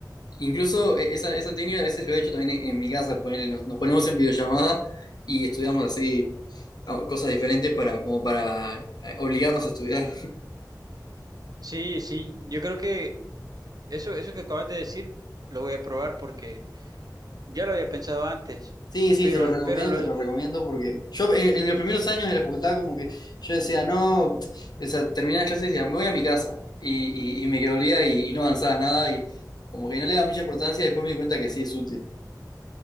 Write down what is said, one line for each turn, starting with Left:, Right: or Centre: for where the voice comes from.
Left: Incluso e- esa, esa técnica a veces lo he hecho también en, en mi casa, ponele, nos, nos ponemos en videollamada y estudiamos así a- cosas diferentes para, como para eh, obligarnos a estudiar.
Right: Sí, sí, yo creo que eso, eso que acabas de decir lo voy a probar porque ya lo había pensado antes.
Left: Sí, sí,
Right: Pero,
Left: te lo recomiendo,
Right: pero lo,
Left: te lo recomiendo porque yo en, en los primeros años de la facultad como que yo decía, no, o sea, terminaba las clases y decía, me voy a mi casa y, y, y me quedé olvidada y, y no avanzaba nada y como que no le daba mucha importancia y después me di cuenta que sí es útil.